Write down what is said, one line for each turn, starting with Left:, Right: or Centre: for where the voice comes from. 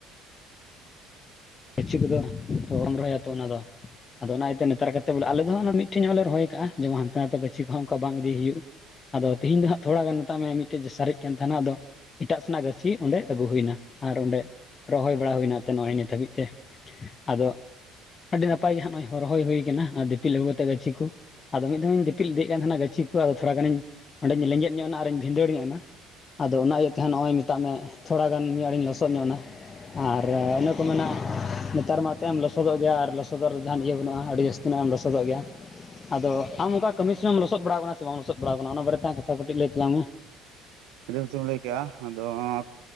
Left: ᱜᱟᱹᱪᱷᱤ ᱠᱚᱫᱚ ᱛᱚ ᱵᱟᱢ ᱨᱚᱦᱚᱭᱟ ᱛᱚ ᱚᱱᱟᱫᱚ ᱟᱫᱚ ᱚᱱᱟ ᱤᱭᱟᱹᱛᱮ ᱱᱮᱛᱟᱨ ᱠᱟᱨ ᱠᱟᱛᱮ ᱵᱚᱞᱮ ᱟᱞᱮ ᱫᱚ ᱦᱟᱜ ᱚᱱᱟ ᱢᱤᱫᱴᱷᱮᱡ ᱦᱚ ᱞᱮ ᱨᱚᱦᱚᱭᱟᱜ-ᱟ ᱮᱢᱚᱱ ᱦᱟᱱᱛᱮ ᱜᱟᱹᱪᱷᱤ ᱠᱚ ᱦᱚᱸ ᱚᱱᱠᱟ ᱵᱟᱝ ᱤᱫᱤ ᱦᱩᱭᱩᱜ᱾ ᱟᱫᱚ ᱛᱮᱦᱤᱧ ᱫᱚ ᱦᱟᱸᱜ ᱛᱷᱚᱲᱟ ᱜᱟᱱ ᱢᱮᱛᱟᱜ ᱢᱮ ᱢᱤᱫᱴᱮᱡ ᱥᱟᱨᱮᱡ ᱠᱟᱱ ᱛᱟᱦᱮᱱᱟ ᱟᱫᱚ ᱮᱴᱟᱜ ᱥᱮᱱᱟᱜ ᱜᱟᱹᱪᱷᱤ ᱚᱸᱰᱮ ᱟᱹᱜᱩ ᱦᱩᱭᱱᱟ ᱟᱨ ᱚᱸᱰᱮ ᱨᱚᱦᱚᱭ ᱵᱟᱲᱟ ᱦᱩᱭᱱᱟ ᱮᱛ ᱱᱚᱜ-ᱚᱭ ᱱᱤᱛ ᱦᱟᱹᱵᱤᱡ ᱛᱮ ᱟᱫᱚ ᱟᱹᱰᱤ ᱱᱟᱯᱟᱭ ᱜᱮ ᱦᱟᱸᱜ ᱱᱚᱜ-ᱚᱭ ᱦᱚᱨᱚ ᱦᱚᱭ ᱦᱩᱭ ᱠᱟᱱᱟ ᱟᱨ ᱫᱤᱯᱤᱞ ᱟᱹᱜᱩ ᱠᱟᱛᱮᱜ ᱜᱟᱹᱪᱷᱤ ᱠᱚ ᱟᱫᱚ ᱢᱤᱫ ᱫᱷᱟᱣᱤᱧ ᱡᱟᱹᱯᱤᱫ ᱤᱫᱤᱭᱮᱫ ᱠᱟᱱ ᱛᱟᱦᱮᱱᱟ ᱜᱟᱹᱪᱷᱤ ᱠᱚ ᱟᱫᱚ ᱛᱷᱚᱲᱟ ᱜᱟᱱ ᱤᱧ ᱚᱸᱰᱮᱧ ᱞᱮᱸᱜᱮᱫ ᱧᱚᱜ ᱱᱟ ᱟᱨᱤᱧ ᱵᱷᱸᱫᱟᱹᱲ ᱧᱚᱜᱱᱟ ᱟᱫᱚ ᱚᱱᱟ ᱤᱭᱟᱹ ᱛᱮ ᱱᱚᱜᱼᱚᱭ ᱢᱮᱛᱟᱜ ᱢᱮ ᱛᱷᱚᱲᱟ ᱜᱟᱱ ᱢᱤᱫ ᱟᱲᱮ ᱤᱧ ᱞᱚᱥᱚᱫ ᱧᱚᱜ ᱮᱱᱟ ᱟᱨ ᱤᱱᱟᱹ ᱠᱚ ᱢᱮᱱᱟᱜ-ᱟ ᱱᱮᱛᱟᱨ ᱢᱟ ᱮᱱᱛᱮᱢ ᱞᱚᱥᱚᱫᱚᱜ ᱜᱮᱭᱟ ᱟᱨ ᱞᱚᱥᱚᱫᱚᱜ ᱨᱮ ᱡᱟᱦᱟᱱ ᱤᱭᱟᱹ ᱵᱟᱹᱱᱩᱜᱼᱟ ᱟᱹᱰᱤ ᱡᱟᱹᱥᱛᱤ ᱧᱚᱜ ᱮᱢ ᱞᱚᱥᱚᱫᱚᱜ ᱜᱮᱭᱟ᱾ ᱟᱫᱚ, ᱟᱢ ᱚᱱᱠᱟ ᱠᱟᱹᱢᱤ ᱥᱚᱢᱚᱭᱢ ᱞᱚᱥᱚᱫ ᱵᱟᱲᱟ ᱠᱟᱱᱟ ᱥᱮ ᱵᱟᱝ ᱞᱚᱥᱚᱫ ᱵᱟᱲᱟ ᱠᱟᱱᱟ, ᱚᱱᱟ ᱵᱟᱨᱮ ᱛᱮ ᱠᱟᱛᱷᱟ ᱠᱟᱹᱴᱤᱡ ᱞᱟᱹᱭ ᱛᱟᱞᱟᱝ ᱢᱮ ᱼᱼ <inaudible>
Right: <unintelligible> ᱪᱮᱢ ᱞᱟᱹᱭ ᱠᱮᱜᱼᱟ ᱟᱫᱚᱸ ᱼᱼ